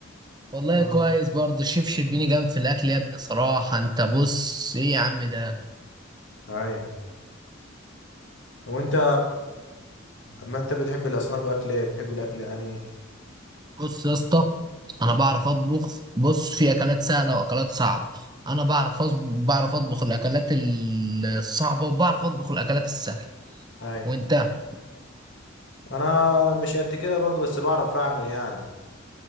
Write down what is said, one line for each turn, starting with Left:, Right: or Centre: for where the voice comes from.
Right: والله
Left: اه
Right: كويس برضه الشيف شربيني جامد في الاكل يا ابني صراحة انت بص ايه يا عم ده
Left: ايوه وانت اما انت بتحب الاصناف اكل ايه بتحب الاكل انهي
Right: بص يا اسطى انا بعرف اطبخ بص في اكلات سهله واكلات صعبه انا بعرف أص... بعرف اطبخ الاكلات ال- الصعبه وبعرف اطبخ الاكلات السهله
Left: ايوه
Right: وانت
Left: انا مش قد كده برضو بس بعرف اعمل يعني